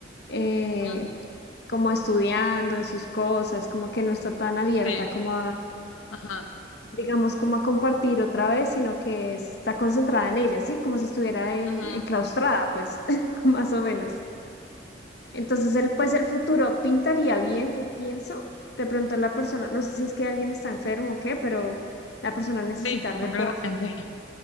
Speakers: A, on the left; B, on the left.
A: eh,
B: Ujú,
A: como estudiando en sus cosas, como que no está tan abierta
B: Sí,
A: como
B: ajá.
A: digamos, como a compartir otra vez, sino que está concentrada en ella, ¿sí? Como si estuviera en,
B: Ujú,
A: enclaustrada, pues, <laughs> más o menos. Entonces, él, pues, el futuro pintaría bien, yo pienso. De pronto la persona, no sé si es que alguien está enfermo o qué, pero la persona necesita
B: Sí,
A: reposo.
B: concretamente.